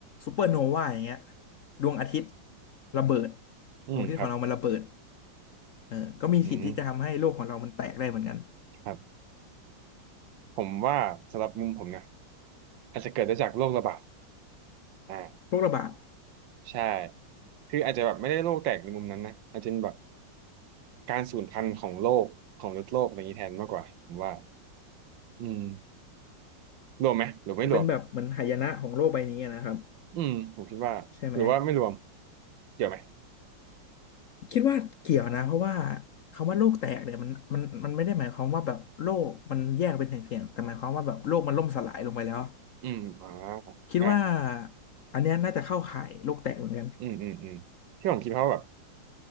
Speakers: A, on the left (about 65°); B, on the right (about 80°).
A: ซูเปอร์โนวาอย่างเงี้ยดวงอาทิตย์ระเบิด
B: อืมครับ
A: ดวงอาทิตย์ของเรามันระเบิดเออก็มีสิทธิ์ที่จะทำให้โลกของเรามันแตกได้เหมือนกัน
B: อืมครับผมว่าสำหรับมุมผมนะอาจจะเกิดได้จากโรคระบาดอ่า
A: โรคระบาด
B: ใช่คืออาจจะแบบไม่ได้โรคแตกในมุมนั้นนะอาจจะเป็นแบบการสูญพันธุ์ของโลกของฤดโลกอะไรอย่างนี้แทนมากกว่าผมว่าอืมรวมไหมหรือไม่รวม
A: เป็นแบบเหมือนหายนะของโลกใบนี้นะครับ
B: อืมผมคิดว่าหรือว่าไม่รวม
A: ใช่ไหม
B: เกี่ยวไหม
A: คิดว่าเกี่ยวนะเพราะว่าคำว่าโลกแตกเนี่ยมันมันมันไม่ได้หมายความว่าแบบโลกมันแยกเป็นเสี่ยงๆแต่หมายความว่าแบบโลกมันล่มสลายลงไปแล้ว
B: อืมอ่า
A: คิดว่า
B: อ่ะ
A: อันเนี้ยน่าจะเข้าข่ายโลกแตกเหมือนกัน
B: อืมอืมอืมที่ผมคิดเพราะว่าแบบ